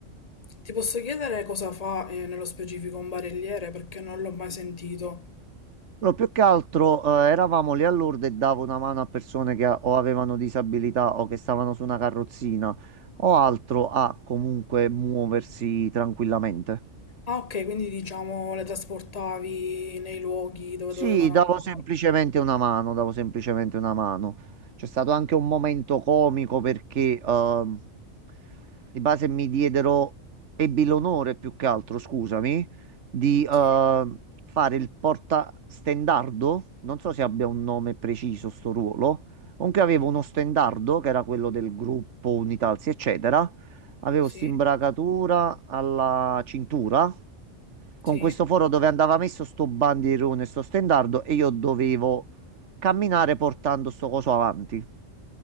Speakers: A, on the left; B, on the right.
A: Ti posso chiedere cosa fa eh, nello specifico un barelliere perché non l'ho mai sentito.
B: No, più che altro eh, eravamo lì a Lourdes e davo una mano a persone che a- o avevano disabilità o che stavano su una carrozzina o altro a comunque muoversi tranquillamente.
A: Ah, ok, quindi diciamo le trasportavi nei luoghi dove
B: Sì,
A: dovevano
B: davo
A: andare.
B: semplicemente una mano, davo semplicemente una mano. C'è stato anche un momento comico perché ehm, di base mi diedero, ebbi l'onore più che altro, scusami, di ehm,
A: Sì.
B: fare il portastendardo. Non so se abbia un nome preciso sto ruolo. Comunque avevo
A: Mhm.
B: uno stendardo che era quello del gruppo Unitalsi, eccetera. Avevo
A: Sì.
B: st'imbracatura alla cintura con
A: Sì.
B: questo foro dove andava messo sto bandierone, sto stendardo e io dovevo camminare portando sto coso avanti.